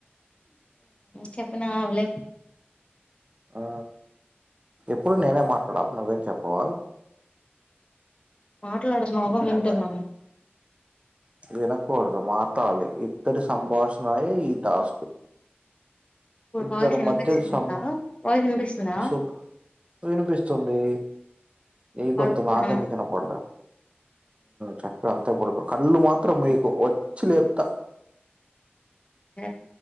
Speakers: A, on the left; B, on the right.
A: చెప్పనా అలే
B: ఆ ఎప్పుడు నేనే మాట్లాడాలి నువ్వేం చెప్పవా
A: మాట్లాడతనవ్ గా వింటున
B: వినకూడదు మాట్లాడాలి ఇద్దరి సంభాషణయ ఈ టాస్క్
A: ఇప్పుడు
B: ఇద్దరి
A: వాయిస్ ఎనిపిస్తుందా
B: మధ్య సం
A: వాయిస్ ఎనిపిస్తుందా
B: శుభ్ వినిపిస్తుంది నీ
A: పడుకున్నాను
B: గొంతు నాకెందుకు వినపడదా చక్కగా అంతా పడుకు కళ్ళు మాత్రం ముయ్యకు వచ్చి లేపుతా
A: అ